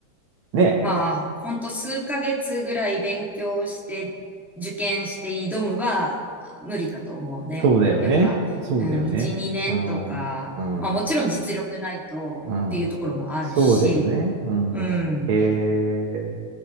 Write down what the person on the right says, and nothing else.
ね。
そうだよね。
そうだよね。
うん。うん。
うん。そうだよね。うん。
へえ。